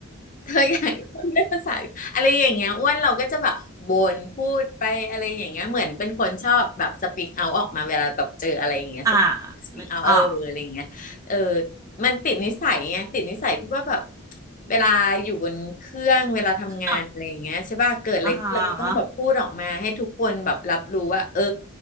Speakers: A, on the left; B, on the right.
A: เธออยากได้ภาษาอะไรอย่างเงี้ยอ้วนเราก็จะแบบบ่นพูดไปอะไรอย่างเงี้ยเหมือนเป็นคนชอบแบบสปีกเอาออกมาเวลาแบบเจออะไรอย่างเงี้ยส
B: อ่า
A: ปีกเอาเอออะไรอย่างเงี้ยเออ
B: นึกออก
A: มันติดนิสัยไงติดนิสัยที่ว่าแบบเวลาอยู่บนเครื่องเวลาทำงานอะไรอย่างเงี้ยใช่ป่ะเกิดอะไรขึ้นเราก็ต้องแบบพูดออกมาให้ทุกคนแบบรับรู้ว่าเออ
B: หวังอ่าฮะ